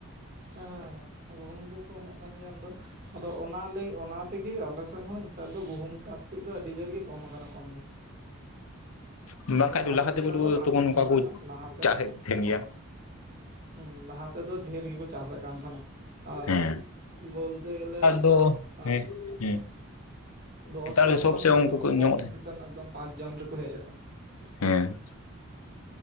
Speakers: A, on the right (about 45°); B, on the left (about 85°).
A: ᱦᱮᱸ ᱜᱩᱦᱩᱢ ᱠᱚᱠᱚ ᱮᱢᱚᱜ ᱠᱟᱱ ᱜᱮᱭᱟ ᱮᱢ ᱫᱚ ᱟᱫᱚ ᱚᱱᱟ ᱞᱟᱹᱜᱤ ᱚᱱᱟ ᱛᱮᱜᱮ ᱟᱞᱮᱥᱮᱱ ᱦᱚᱸ ᱱᱮᱛᱟᱨ ᱫᱚ ᱜᱩᱦᱩᱢ ᱪᱟᱥ ᱠᱚᱡ ᱫᱚ ᱟᱹᱰᱤ ᱡᱳᱨ ᱜᱮ ᱠᱚᱢ ᱟᱠᱟᱱᱟ ᱠᱚᱢ ᱫᱚ
B: ᱦᱮᱸ ᱵᱟᱝᱠᱷᱟᱱ
A: ᱞᱟᱦᱟᱛᱮ
B: ᱫᱚ ᱞᱟᱦᱟ
A: ᱞᱮᱠᱟ
B: ᱛᱮᱫᱚ
A: ᱫᱚ ᱵᱟᱝ
B: ᱛᱚᱠᱷᱚᱱ ᱱᱚᱝᱠᱟ
A: ᱦᱩᱭᱩᱜ
B: ᱠᱚ
A: ᱠᱟᱱᱟ ᱞᱟᱦᱟᱛᱮ
B: ᱪᱟᱥᱮᱫ ᱛᱟᱦᱮᱱ ᱜᱮᱭᱟ᱾
A: ᱦᱩᱸ ᱞᱟᱦᱟ ᱛᱮᱫᱚ ᱰᱷᱮᱨ ᱜᱮᱠᱚ ᱪᱟᱥᱮᱫ ᱠᱟᱱ ᱛᱟᱦᱮᱱᱟ᱾ ᱟᱨ
B: ᱦᱮᱸ
A: ᱵᱚᱞᱛᱮ ᱜᱮᱞᱮ ᱱᱮᱛᱟᱨ
B: ᱫᱚ
A: ᱟ
B: ᱦᱮᱸ ᱦᱮᱸ
A: ᱫᱚᱥ
B: ᱱᱮᱛᱟᱨ
A: ᱡᱚᱱ
B: ᱫᱚ ᱥᱚᱵ
A: ᱠᱷᱚᱱ
B: ᱥᱮᱫ
A: ᱦᱚᱭᱛᱳ
B: ᱩᱱᱠᱩ ᱠᱚ ᱧᱟᱢᱚᱜ
A: ᱠᱚᱢ
B: ᱛᱟᱦᱮᱸᱫ᱾
A: ᱠᱟᱛᱮᱱ ᱮᱠᱫᱚᱢ ᱯᱟᱸᱪ ᱡᱚᱱ ᱨᱮᱠᱚ ᱦᱮᱡ ᱟᱠᱟᱱᱟ᱾
B: ᱦᱮᱸ